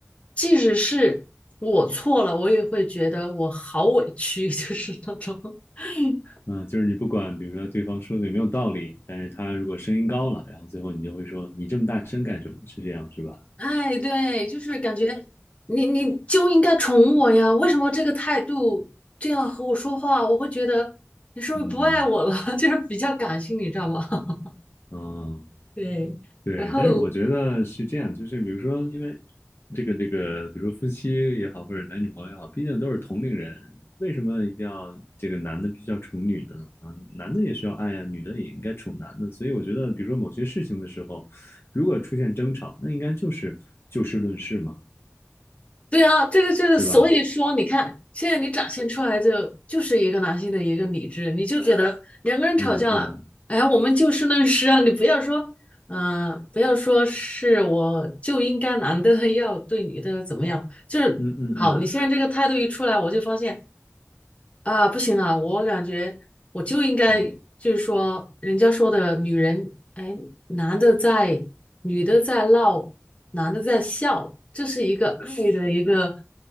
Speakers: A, on the left; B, on the left.
A: 即使是我错了，我也会觉得我好委屈，<laughs> 就是那种。<laughs>
B: 嗯，就是你不管，比如说对方说的有没有道理，但是他如果声音高了，然后最后你就会说你这么大声干什么？是这样是吧？
A: 哎，对，就是感觉你你就应该宠我呀，为什么这个态度这样和我说话，我会觉得你是不是不爱我了？
B: 嗯
A: <laughs> 就是比较感性，你知道吗？<laughs>
B: 嗯，
A: 对，
B: 对。
A: 然后
B: 但是我觉得是这样，就是比如说，因为这个这个，比如说夫妻也好，或者男女朋友也好，毕竟都是同龄人，为什么一定要这个男的必须要宠女的呢？啊，男的也需要爱呀，女的也应该宠男的。所以我觉得，比如说某些事情的时候，如果出现争吵，那应该就是就事论事嘛，
A: 对啊，这个就是所以说你看，
B: 对吧？
A: 现在你展现出来就就是一个男性的一个理智，你就觉得 <laughs> 两个人吵架了，
B: 嗯嗯
A: 哎，我们就事论事啊，你不要说，嗯、不要说是我就应该男的要对女的怎么样，就是好，
B: 嗯嗯嗯
A: 你现在这个态度一出来，我就发现啊，不行了，我感觉我就应该就是说，
B: 嗯
A: 人家说的女人，哎，男的在，女的在闹，男的在笑，这是一个爱的一个